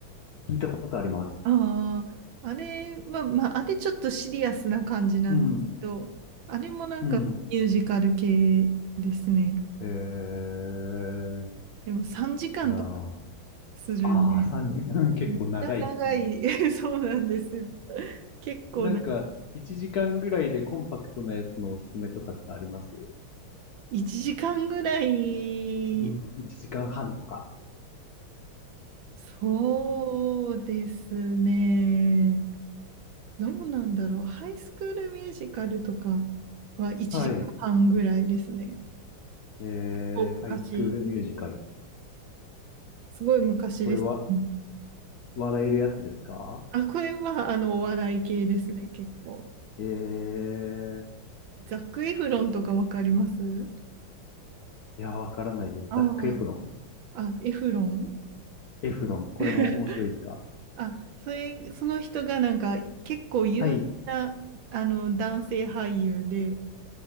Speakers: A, on the left; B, on the right.
A: 聞いたことあります。
B: ああ、あれ、まあまあ、あれちょっとシリアスな感じなんですけど、
A: うん。
B: あれもなんかミュージカル系ですね。
A: うん。えー。
B: でも3時間とか
A: いやー。
B: するんで、
A: ああ、3時間結構長いですね。
B: めっちゃ長い。<laughs> そうなんですよ。結構な、
A: なんか、1時間ぐらいでコンパクトなやつのおすすめとかってあります
B: 1時間ぐらい、
A: うん。1時間半とか。
B: そうですね。どうなんだろう。ハイスクールミュージカルとかは1時間半ぐらいですね。
A: はい。えー、
B: お昔、
A: ハイスクールミュージカル。
B: すごい昔ですね。
A: これは、
B: うん
A: 笑えるやつですか
B: あ、これはあのお笑い系ですね、結構。
A: えー、
B: ザック・エフロンとかわかります
A: いや、わからないです。
B: ああー、
A: ザックエプロン
B: あ、エフロン
A: エフロン。これも面白いですか
B: <laughs> あ、それ、その人がなんか結構有名なあの男性俳優で、
A: はい。